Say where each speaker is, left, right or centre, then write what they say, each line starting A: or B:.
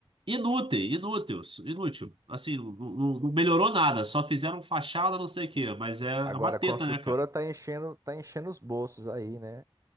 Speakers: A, on the right; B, on the right.
A: inútil, inútil, inútil. Assim, não, não- não melhorou nada, só fizeram fachada, não sei o quê, mas é é
B: Agora
A: uma teta,
B: a construtora
A: né, cara?
B: tá enchendo, tá enchendo os bolsos aí, né?